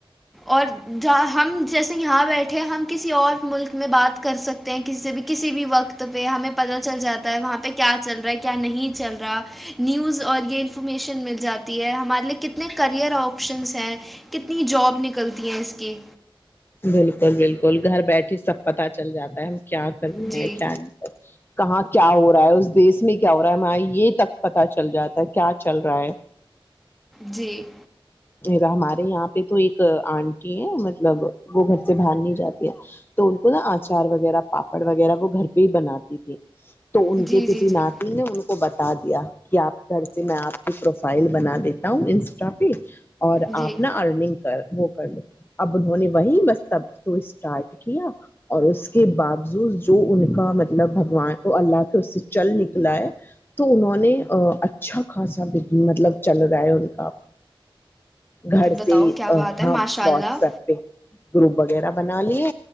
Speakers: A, in the centre; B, on the left.
A: اور ج ہم جیسے یہاں بیٹھے ہم کسی اور ملک میں بات کر سکتے ہیں کسی بھی کسی بھی وقت ت پہ ہمیں پت چل جا ہے وہاں پہ کیا چل رہا ہے کیا نہیں چل رہا نیوز اور یہ انفارمیشن مل جاتی ہے ہے ہمارے لیے کتنے کرئر آپشنس ہیں کتنی جاب نکل غلطیا ہیں اس کے
B: بالکل بالکل گھر بیٹے سب پتتا چل جاتا ہے کیا کرنی
A: جی
B: ہے کیا نہیں کر کہاں کیا ہو رہا ہے اس دیس میں کیا ہو رہا ہے ہم یہ تک پتا چل جاتا ہے کیا چل رہا ہے
A: جی
B: ہمارے یہاں پہ تو ایک آنٹی ہے مطلب وہ گھر سے باہر نہیں جاتی ہے تو ان کو نا اچار وغیرہ پاپڑ وغیرہ وہ گھر پہ ہی بناتی تھی تو ان
A: جی
B: کے کسی
A: جی جی
B: نات نے ان کو بتا ب دیا کہ آپ گھر سے میں آپ کی پروفائل بنا دیتا ہوں انسٹا پہ اور
A: جی
B: آپ نا ارننگ کر وہ کر لو ابن ہونی وہی بس تب تو اسٹارٹ کیا اور اس کے باوجوود جو ان کا مطلب بگوان اللہ کے اس سے چل نکلا ہے تو انہوں نے اچھا خاصا مطلب چل رہا ہے ان کا گھر
A: بتاؤ
B: سے ہی
A: کیا بات ہے
B: ہاں
A: ماشاء
B: واٹ
A: اللہ
B: سکتے دوپ وغیرہ بنا لیے